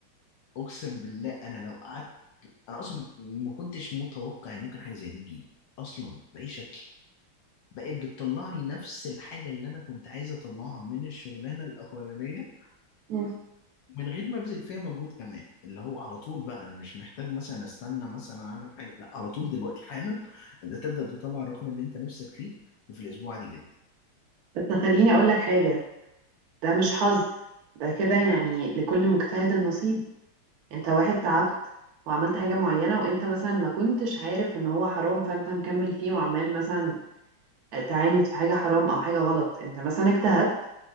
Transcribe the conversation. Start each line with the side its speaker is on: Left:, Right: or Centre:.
Left: اقسم بالله انا لو قعدت انا اصلا ما كنتش متوقع ان ممكن حاجه زي دي تجيلي اصلا باي شكل بقت بتطلعني نفس الحاجه اللي انا كنت عايز اطلعها من الشغلانه <laughs> الاولانيه
Right: مم.
Left: من غير ما ابذل فيها مجهود كمان اللي هو على طول بقى انا مش محتاج مثلا استنى مثلا اعمل حاجه لا على طول دلوقتي حالا انت تبدا تطلع الرقم اللي انت نفسك فيه وفي الاسبوع عادي جدا
Right: بس خليني اقول لك حاجة ده مش حظ ده كده يعني لكل مجتهد النصيب انت واحد تعبت وعملت حاجة معينة وانت مثلا ما كنتش عارف ان هو حرام فانت مكمل فيه وعمال مثلا تعاند في حاجة حرام او حاجة غلط انت مثلا اجتهدت